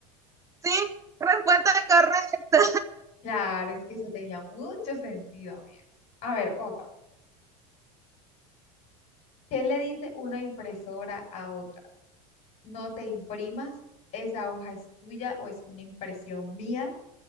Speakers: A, on the right (about 20°); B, on the left (about 40°).
A: Sí, respuesta correcta.
B: Claro, es que eso tenía mucho sentido, amiga. A ver, otra. ¿Qué le dice una impresora a otra? no te imprimas, esa hoja es tuya o es una impresión mía,